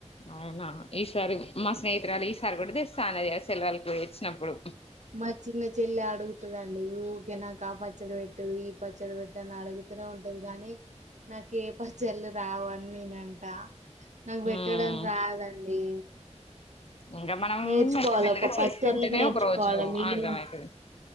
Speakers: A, on the left; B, on the right.
A: అవునా - సారి మా స్నేహితురాలు ఈసారి కూడా తెస్ - సానేదే సెలవులకి వచ్చినప్పుడు
B: మా చిన్న చెల్లి అడుగుతుదండి ఊకె నాక ఆ పచ్చడ పెట్టి ఈ పచ్చడ పెట్టు అని అడుగుతూనే ఉంటది గానీ నాకూ ఏ పచ్చళ్లు రావా నేనంట నాకు పెట్టడం
A: మ్మ్
B: రాదండి
A: ఇంకా మనం
B: నేర్చుకోవాలి
A: మెల్ల మెల్లగా
B: ఒక
A: చేసుకుంటేనే
B: పచ్చళ్ళు నేర్చుకోవాలి
A: ఒక రోజు
B: మిగిలిన
A: ఆగం అయితది